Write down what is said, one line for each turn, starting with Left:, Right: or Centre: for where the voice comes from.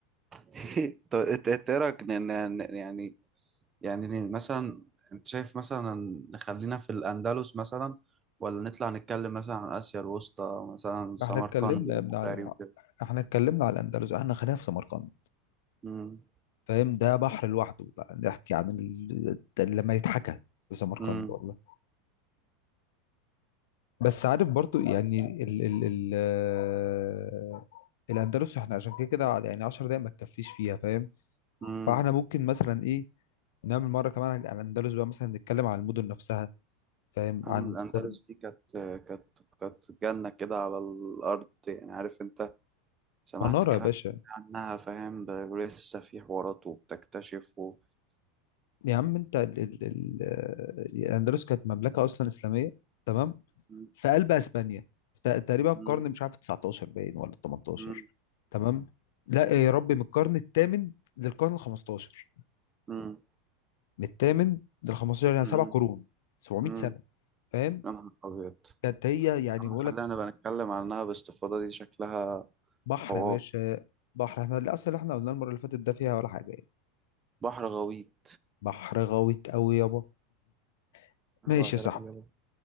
Right: <laughs> طب انت إنت ايه رايك ن- ن- ن- يعني يعني ن- مثلا انت شايف مثلا نخلينا في الاندلس مثلا ولا نطلع نتكلم مثلا عن اسيا الوسطى مثلا سمرقند
Left: احنا اتكلمنا
Right: والبخاري
Left: يا ابني على
Right: وكده
Left: احنا اتكلمنا على الاندلس احنا خلينا في سمرقند
Right: امم
Left: فاهم ده بحر لوحده بقى نحكي عن ال... لما يتحكى في سمرقند
Right: امم
Left: والله بس عارف برضو يعني ال ال ال آه، الاندلس احنا عشان كده كده يعني 10 دقايق ما تكفيش فيها فاهم
Right: امم
Left: فاحنا ممكن مثلا ايه نعمل مره كمان عن الاندلس بقى مثلا نتكلم عن المدن نفسها فاهم
Right: عم
Left: عن
Right: الاندلس
Left: قر-
Right: دي كانت كانت كانت جنه كده على الارض يعني عارف انت سمعت
Left: مناره
Right: كلام
Left: يا باشا
Right: عنها فاهم ده ولسه في حوارات وبتكتشف و...
Left: يا عم انت ال ال ال آه، الاندلس كانت مملكه اصلا اسلاميه تمام
Right: مم.
Left: في قلب اسبانيا ت- تقريبا
Right: مم.
Left: القرن مش عارف 19 باين ولا 18
Right: مم.
Left: تمام لا يا ربي من القرن الثامن للقرن ال 15
Right: مم.
Left: من الثامن لل 15 يعني
Right: مم.
Left: سبع قرون 700
Right: مم.
Left: سنه فاهم
Right: يا نهار أبيض يا
Left: كانت هي يعني
Right: عم
Left: بقول
Right: خلينا
Left: لك
Right: بقى نتكلم عنها باستفاضة دي شكلها
Left: بحر
Right: حوار
Left: يا باشا بحر احنا الاصل اللي احنا قلنا المره اللي فاتت ده فيها ولا حاجه يعني
Right: بحر غويط
Left: بحر غويط قوي يابا <laughs>
Right: أنا
Left: ماشي
Right: بغرق
Left: يا صاحبي
Right: يابا